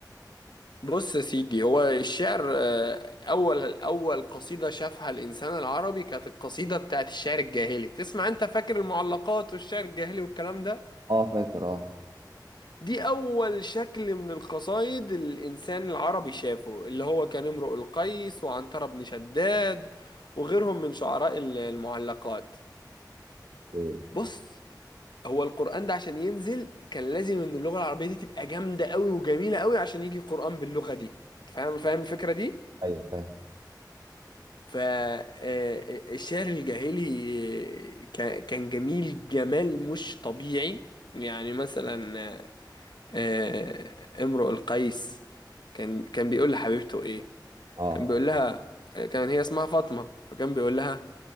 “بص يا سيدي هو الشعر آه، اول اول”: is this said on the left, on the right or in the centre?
Left